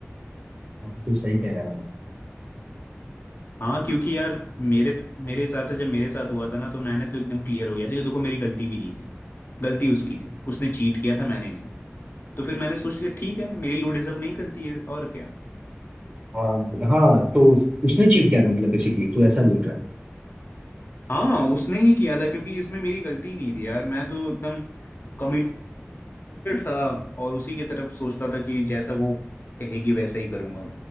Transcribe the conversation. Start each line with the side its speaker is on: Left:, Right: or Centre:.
Right: हाँ तू सही कह रहा है भाई
Left: हाँ क्योंकि यार मेरे मेरे हिसाब से जब मेरे साथ हुआ था ना तो मैंने तो एकदम क्लियर हो गया था कि देखो मेरी गलती भी नहीं थी गलती उसकी थी उसने चीट किया था मैंने नहीं तो फिर मैंने सोच लिया ठीक है मेरी लू डिजर्व नहीं करती है और क्या
Right: हाँ हाँ, तो उसने चीट किया था मतलब बेसिकली तू ऐसा बोल रहा है
Left: हाँ उसने ही किया था क्योंकि इसमें मेरी गलती नहीं थी यार मैं तो एकदम कमिटेड था और उसी की तरफ सोचता था कि जैसा वो कहेगी वैसा ही करूंगा